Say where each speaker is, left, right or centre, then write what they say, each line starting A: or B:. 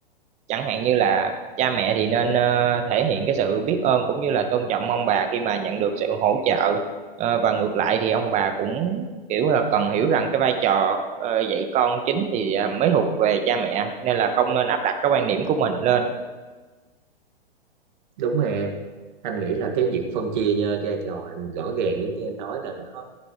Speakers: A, on the right (about 25°); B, on the right (about 50°).
A: chẳng hạn như là cha mẹ thì nên ờ, thể hiện cái sự biết ơn cũng như là tôn trọng ông bà khi mà nhận được sự hỗ trợ Ờ, và ngược lại thì ông bà cũng kiểu là cần hiểu rằng cái vai trò ờ, dạy con chính thì à, mới thuộc về cha mẹ nên là không nên áp đặt cái quan điểm của mình lên
B: đúng rồi em anh nghĩ là cái việc phân chia nha, vai trò rõ ràng giống như em nói là nó